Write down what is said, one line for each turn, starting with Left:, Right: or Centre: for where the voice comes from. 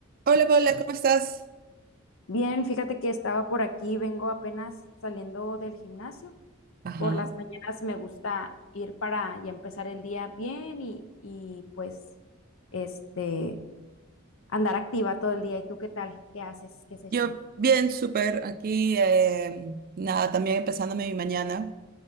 Right: Hola Paula, ¿cómo estás?
Left: Bien, fíjate que estaba por aquí, vengo apenas saliendo del gimnasio.
Right: Ajá.
Left: Por las mañanas me gusta ir para ya empezar el día bien y, y, pues este andar activa todo el día. ¿Y tú qué tal? ¿Qué haces? ¿Qué has hecho?
Right: Yo bien, súper. Aquí, eh, nada, también empezándome mi mañana